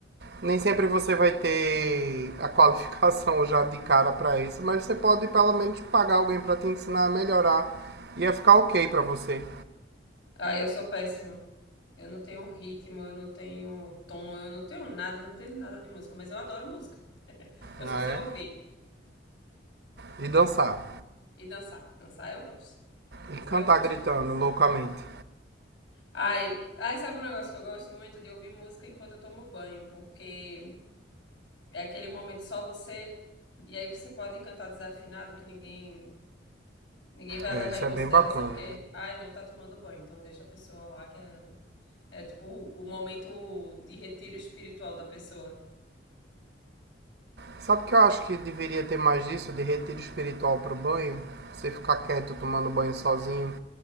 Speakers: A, on the right (about 60°); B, on the left (about 80°).
A: Nem sempre você vai ter a qualificação já de cara para isso, mas você pode pelo menos pagar alguém para te ensinar a melhorar. e Ia ficar ok para você,
B: Ah, eu sou péssima. Eu não tenho ritmo, eu não tenho tom, eu não tenho nada, eu não tenho nada de música, mas eu adoro música. Eu
A: né?
B: só sei ouvir
A: E dançar.
B: e dançar. Dançar eu gosto. Dançar
A: E cantar
B: eu gosto
A: gritando
B: demais.
A: loucamente.
B: Ai, ai, sabe um negócio que eu gosto muito de ouvir música enquanto eu tomo banho, porque É aquele momento só você. E aí você pode cantar desafinado que ninguém ninguém vai
A: É,
B: levar
A: isso
B: em consideração
A: é bem bacana.
B: porque, ai, não tá tomando banho, então deixa a pessoa lá que é é tipo o momento de retiro espiritual da pessoa.
A: Sabe que eu acho que deveria ter mais disso de retiro espiritual pro banho? Você ficar quieto tomando banho sozinho,